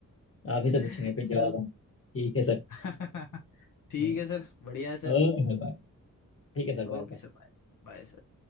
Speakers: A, on the left; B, on the left.
A: आप ही
B: <laughs>
A: से पूछेंगे फिर
B: चल
A: जवाब हम ठीक है सर
B: <laughs>
A: हम्म,
B: ठीक है सर बढ़िया है sir
A: ओके सर बाय ठीक है सर
B: Okay
A: बाय
B: sir bye Bye sir